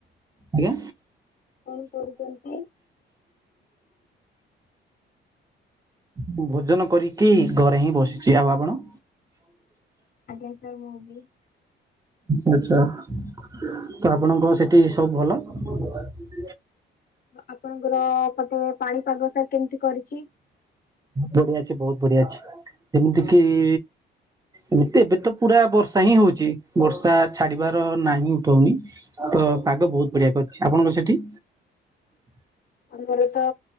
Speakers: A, on the right (about 20°); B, on the left (about 50°).
A: ଆଜ୍ଞା
B: କଣ କରୁଚନ୍ତି?
A: ମୁଁ ଭୋଜନ କରିକି ଘରେ ହିଁ ବସିଛି ଆଉ ଆପଣ
B: ଆଜ୍ଞା ସାର୍ ମୁଁ ବି
A: ଆଛା ଆଛା ତ ଆପଣଙ୍କ ସେଠି ସବୁ ଭଲ। ହ <unintelligible>
B: ଆପଣଙ୍କର ପଟେ ପାଣିପାଗ ଟା କେମିତି କରିଛି?
A: ବଢିଆ ଅଛି ବହୁତ ବଢିଆ ଅଛି ଯେମିତି କିି ଏତେ ଏବେ ତ ପୁରା ବର୍ଷା ହିଁ ହଉଚି ବର୍ଷା ଛାଡିବାର ନାହିଁ ଉଠଉନି। ତ ପାଗ ବହୁତ ବଢିଆ କରଛି ଆପଣଙ୍କ ସେଠି?
B: ଆମର ତ